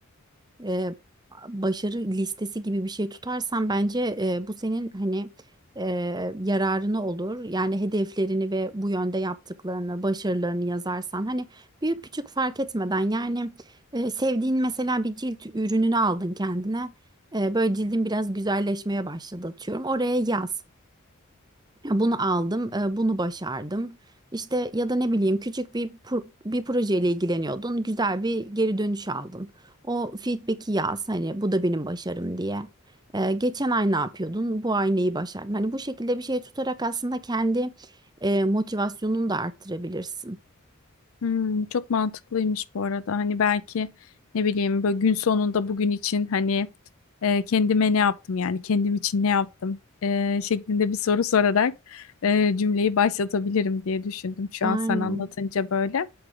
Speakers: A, on the right (about 20°); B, on the left (about 70°).
A: e, e, başarı listesi gibi bir şey tutarsan bence e, bu senin hani e, yararına olur. Yani hedeflerini ve bu yönde yaptıklarını, başarılarını yazarsan hani büyük küçük fark etmeden yani e, sevdiğin mesela bir cilt ürününü aldın kendine. E, böyle cildin biraz güzelleşmeye başladı atıyorum. Oraya yaz. Ya Bunu aldım, e, bunu başardım. İşte ya da ne bileyim küçük bir pro- bir projeyle ilgileniyordun. Güzel bir geri dönüş aldın. O feedback'i yaz hani bu da benim başarım diye. E, geçen ay ne yapıyordun? Bu ay neyi başardın? Hani bu şekilde bir şey tutarak aslında kendi e, motivasyonunu da arttırabilirsin.
B: Hmm, çok mantıklıymış bu arada. Hani belki ne bileyim böyle gün sonunda bugün için hani e, kendime ne yaptım yani kendim için ne yaptım e, şeklinde bir soru sorarak e, cümleyi başlatabilirim diye düşündüm şu
A: Aynen.
B: an sen anlatınca böyle.